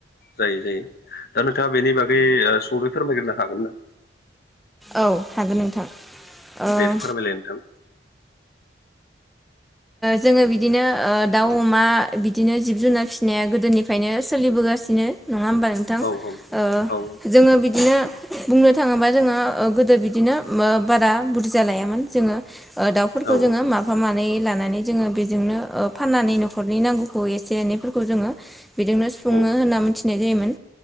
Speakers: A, on the left; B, in the centre.
A: जायो जायो दा नोंथाङा बेनि बागै ओ सुंद'यै फोरमायग्रोनो हागोन ना।
B: औ हागोन नोंथां ओ
A: दे फोरमायलाय नोंथां
B: जोंङो बिदिनो ओ दाउ अमा बिदिनो जिब जुनार फिसिनाया गोदोनिफ्रायनो सोलिबोगासिनो नङा होमबा नोंथां
A: औ औ
B: ओ
A: औ
B: जोंङो बिदिनो बुंनो थाङोबा जोंङो ओ गोदो बिदिनो ओ बारा बुरजा लायामोन जोंङो ओ दाउफोरखौ
A: औ
B: जोंङो माफा मानै लानानै जोंङो बेजोंनो ओ फाननानै न'खरनि नांगौखौ एसे एनैफोरखौ जोंङो बिजोंनो सुफुङो
A: औ
B: होनना मिथिनाय जायोमोन